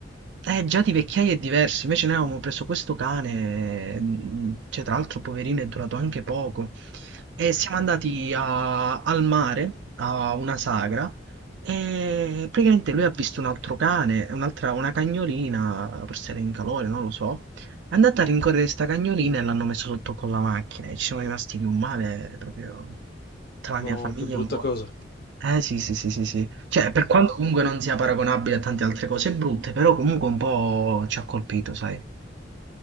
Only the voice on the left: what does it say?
Mm.
No,
che brutta
cosa.
Sì.